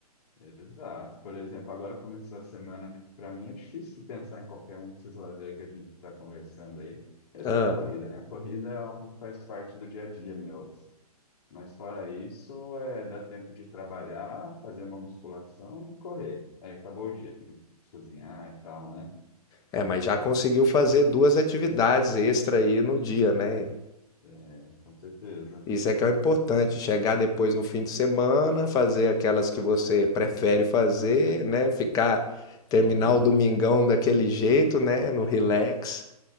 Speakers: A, on the left; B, on the left.
A: Exato. Por exemplo, agora começou a semana que para mim é difícil de pensar em qualquer um desses lazer que a gente está conversando aí, exceto
B: Ah,
A: a corrida, né? A corrida é algo que faz parte do dia a dia meu. assim. Mas fora isso, é dar tempo de trabalhar, fazer uma musculação e correr. Aí acabou o dia, tem que cozinhar e tal, né?
B: é, mas já conseguiu fazer duas atividades extra aí no dia, né?
A: É, com certeza.
B: Isso é que é o importante, chegar depois no fim de semana, fazer aquelas que você prefere fazer, né? Ficar, terminar
A: Sim,
B: o domingão daquele jeito, né? No relax